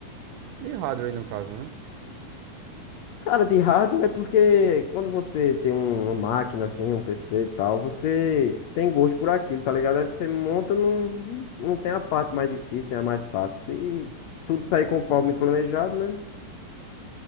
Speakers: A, on the right; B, on the left.
A: de hardware no caso, né?
B: Cara, de hardware é porque quando você tem um- uma máquina assim, um PC e tal, você tem gosto por aquilo, tá ligado? Aí você monta, não, não não tem a parte mais difícil, tem a mais fácil. Se tudo sair conforme planejado, né?